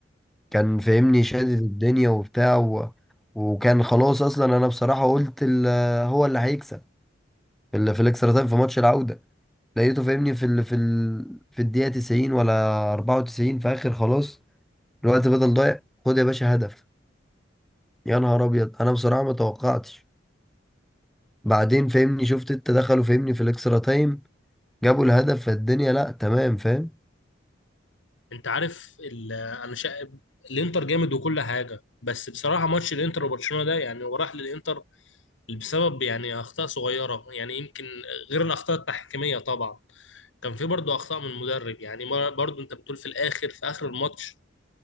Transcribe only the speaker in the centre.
كان فاهمني شادد الدنيا وبتاع و... وكان خلاص اصلا انا بصراحه قلت ال... هو اللي هيكسب في ال... في الاكسترا تايم في ماتش العوده لقيته فاهمني في ال... في ال... في الدقيقه 90 ولا 94 في اخر خلاص الوقت بدل ضايع خد يا باشا هدف يا نهار ابيض انا بصراحه ما توقعتش بعدين فاهمني شفت انت دخلوا فاهمني في الاكسترا تايم جابوا الهدف فالدنيا لا تمام فاهم